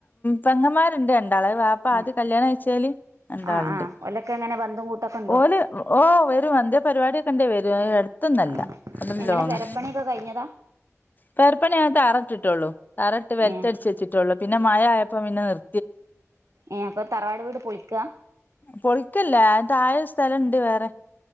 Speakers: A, on the left; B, on the right.
A: പെങ്ങന്മാരുണ്ട് രണ്ടാള് വാപ്പ
B: ആഹ്
A: ആദ്യം കല്യാണം കഴിച്ചേല് എന്താളുണ്ട്
B: ആഹ് ആഹ് ഓലൊക്കെ എങ്ങനെ ബന്ധും കൂട്ടൊക്കെ ഉണ്ടോ
A: ഓല് ഓ വരും എന്തേലും പരിപാടിക്കെ ഇണ്ടേ വരും ത്തന്നല്ല
B: ആഹ്
A: അത്
B: എങ്ങനെ
A: ലോങ്ങ
B: പെരപ്പണിയൊക്കെ കഴിഞ്ഞതാ
A: പെർപ്പണിയ ആട്ട് തറട്ടിട്ടുള്ളൂ തറട്ട് ബെൽറ്റടിച്ച്
B: ഏഹ്
A: വെച്ചിട്ടള്ളൂ പിന്നെ മഴആയപ്പോ പിന്നെ നിർ
B: ഏഹ് അപ്പൊ തറവാട് വീട് പൊളിക്കാ
A: പൊളിക്കല്ല താഴെ സ്ഥലുണ്ട് വേറെ